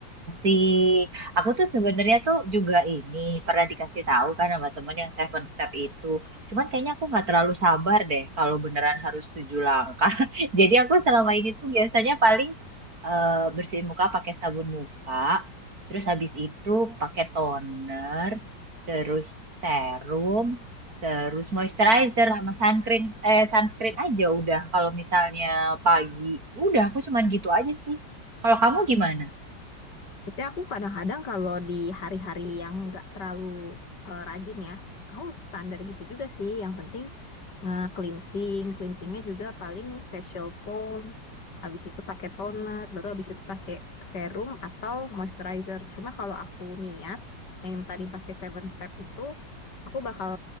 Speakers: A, on the right (about 50°); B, on the left (about 65°).
A: masih. Aku tuh sebenarnya tuh juga ini pernah dikasih tahu kan sama temen yang Seven Step itu. Cuman kayaknya aku nggak terlalu sabar deh kalau beneran harus tujuh langkah. <laughs> Jadi aku selama ini tuh biasanya paling eh, bersihin muka pakai sabun muka, terus habis itu pakai toner, terus serum, terus moisturizer sama sunscreen, eh sunscreen aja udah. Kalau misalnya pagi, udah aku cuman gitu aja sih. Kalau kamu gimana?
B: Jadi aku kadang-kadang kalau di hari-hari yang nggak terlalu eh, rajin ya, aku standar gitu juga sih. Yang penting nge-cleansing, cleansingnya juga paling facial foam, habis itu pakai toner, baru habis itu pakai serum atau moisturizer. Cuma kalau aku niat yang tadi pakai seven step itu, aku bakal